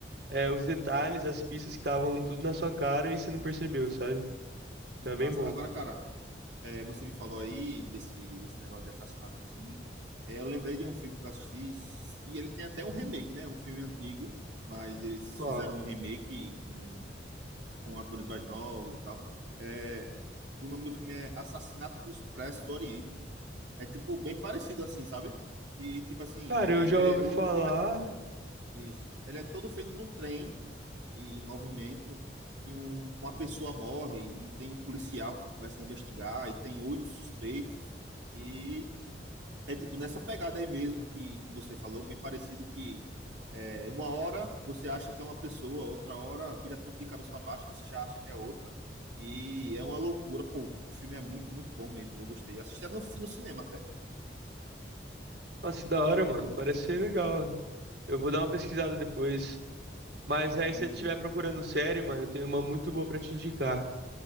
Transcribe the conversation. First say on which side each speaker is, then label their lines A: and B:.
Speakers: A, on the right (about 65°); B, on the right (about 80°).
A: é, os detalhes, as pistas que estavam tudo na sua cara e você não percebeu, sabe?
B: que
A: Então é
B: massa.
A: bem bom.
B: Agora, cara, é, você me falou aí desse, desse negócio de assassinato assim. É, eu lembrei de um filme que eu assisti, e ele tem até um remake, né? Um filme antigo, mas eles
A: Qual?
B: fizeram um remake com com atores mais novos e tal. É, o nome do filme é Assassinato do Expresso do Oriente. É tipo bem parecido assim, sabe? E tipo assim,
A: Cara,
B: é,
A: eu já
B: ele
A: ouvi
B: é o,
A: falar.
B: o time é- isso. Ele é todo feito num trem e em movimento que um, uma pessoa morre e tem um policial que começa a investigar e tem oito suspeitos e é tipo nessa pegada aí mesmo que, que você falou, bem parecido que é, uma hora você acha que é uma pessoa, outra hora vira tudo de cabeça para baixo, você já acha que é outra. E é uma loucura, pô. O filme é muito, muito bom mesmo. Eu gostei. Assisti no, no cinema até.
A: Nossa, que da hora, mano. Parece ser legal. Eu vou dar uma pesquisada depois. Mas aí,
B: Sim,
A: se você estiver
B: sim.
A: procurando série, mano, eu tenho uma muito boa pra te indicar.